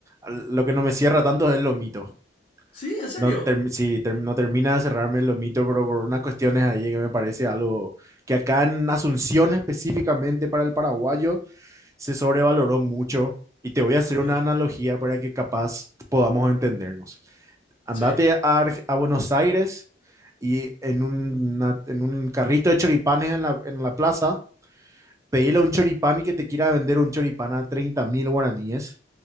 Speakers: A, on the right (about 15°); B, on the left (about 30°).
A: lo que no me cierra tanto es el lomito.
B: Sí, en serio.
A: No term- si ter- no termina de cerrarme el lomito, pero por unas cuestiones ahí que me parece algo que acá en Asunción específicamente para el paraguayo se sobrevaloró mucho. Y te voy a hacer
B: Ok,
A: una analogía para que capaz podamos entendernos. Andate
B: sí.
A: a, Arg- a Buenos Aires y en, un, una- en un carrito de choripanes en la, en la plaza, pedile a un choripán y que te quiera vender un choripán a treinta mil guaraníes